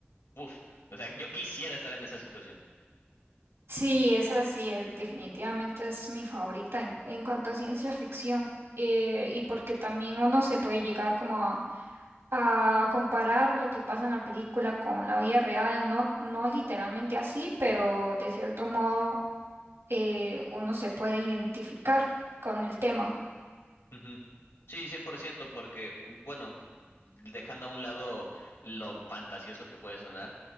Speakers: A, on the left (about 85°); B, on the right (about 80°).
A: uff, o sea, yo quisiera estar en esa situación.
B: sí, esa sí, eh, definitivamente es mi favorita en, en cuanto a ciencia ficción. eh, y porque también uno se puede llegar como a, a comparar lo que pasa en la película con la vida real, no, no literalmente así, pero de cierto modo eh, uno se puede identificar con el tema.
A: Ujú. Sí, 100%, porque, bueno, dejando a un lado lo fantasioso que puede sonar,